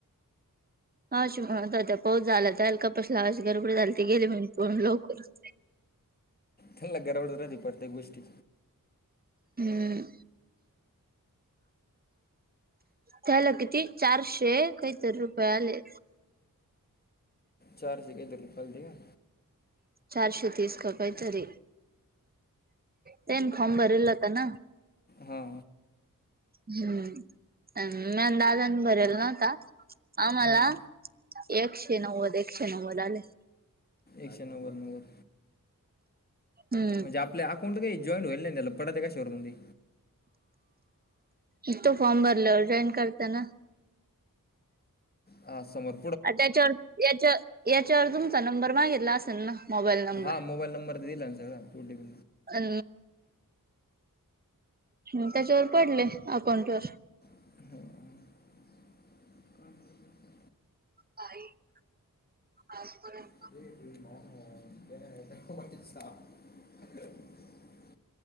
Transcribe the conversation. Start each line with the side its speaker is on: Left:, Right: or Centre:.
Right: आशू दादा पाऊस झाला त्या बसला लेट गडबड झाली तर गेले मी पण लवकरच.
Left: त्याला गडबड राहते प्रत्येक गोष्टी.
Right: हम्म. त्याला किती चारशे काहीतरी रुपये आले.
Left: चारशे कायतरी रुपये आलते का.
Right: चारशे तीस का कायतरी तेन फॉम भरीला होता ना.
Left: हा हा,
Right: हम्म मी अंदाजनी भरल ना आता आम्हाला
Left: हां
Right: एकशे नव्वद, एकशे नव्वद आले.
Left: एकशे नव्वद नव्वद
Right: हम्म
Left: म्हणजे आपल्या अकाऊंट ला काही जॉईनट ला होईल त्याला पडत त्या कशावरती ते
Right: इ तो फॉर्म भरल जॉईन करतना.
Left: ह समज
Right: त्याच्यावर याच्या याच्यावर तुमचा नंबर मागितला असेल ना मोबाईल नंबर
Left: हा मोबाईल नंबर तर दिला ना आणि ओटीपी
Right: अ त्याच्यावर पडले अकाउंट वर.
Left: <unintelligible>
Right: का आजपर्यंत <unintelligible>
Left: <unintelligible>